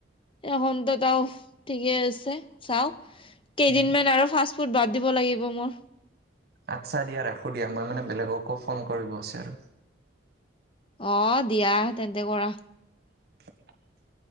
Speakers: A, on the left; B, on the right.
A: <unintelligible> ঠিকে আছে চাও। কেইদিন
B: উম
A: মান আৰু ফাচ ফুদ বাদ দিব লাগিব মোৰ।
B: আচ্ছা দিয়া ৰাখোঁ দিয়া মই মানে বেলেগকো ফোন কৰিব আছে আৰু।
A: অঁ দিয়া তেন্তে কৰা।
B: <inaudible>